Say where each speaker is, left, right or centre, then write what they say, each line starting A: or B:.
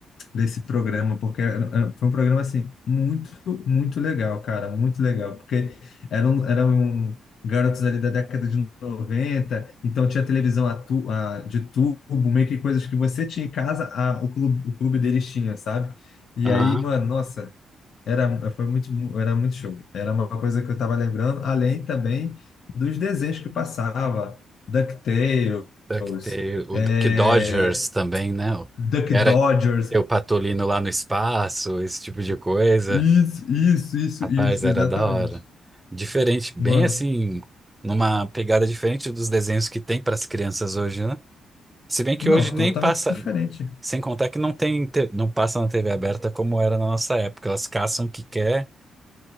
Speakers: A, on the left (about 70°); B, on the right (about 15°).
A: desse programa, porque era- era- foi um programa assim muito, muito legal, cara, muito legal, porque eram, eram garotos ali da década de noventa então tinha televisão a tu, a, de tubo, meio que coisas que você tinha em casa, a, o clube, o clube deles tinha, sabe? E
B: aham.
A: aí, mano, nossa, era, foi muito, era muito show. Era uma coisa que eu estava lembrando, além também dos desenhos que passava, DuckTales,
B: Duck Tale, o
A: é,
B: Duck Dodgers também, né?
A: Duck
B: Que era
A: Dodgers,
B: eu patolino lá no espaço, esse tipo de coisa.
A: isso, isso, isso,
B: Rapaz,
A: isso,
B: era
A: exatamente.
B: da hora. Diferente, bem
A: Mano,
B: assim, numa pegada diferente dos desenhos que tem para as crianças hoje, né? Se bem que
A: não,
B: hoje nem
A: totalmente
B: passa,
A: diferente.
B: sem contar que não tem, te- não passa na TV aberta como era na nossa época. Elas caçam o que quer